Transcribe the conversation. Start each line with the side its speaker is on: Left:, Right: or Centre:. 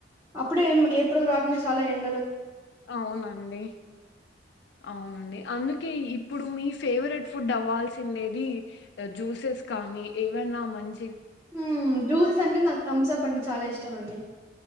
Right: అప్పుడే ఎం ఏప్రిల్ రాకిని చాలా ఎం
Left: అవునండి అవునండి అందు కే ఇప్పుడు మీ ఫేవరెట్ ఫుడ్ అవ్వాల్సిందేది జ్యూసెస్ కానీ ఏవన్నా మని
Right: ఉ జ్యూసెస్ అంటే నాకు థమ్స్ అప్ అంటే చాలా ఇష్టం అండి.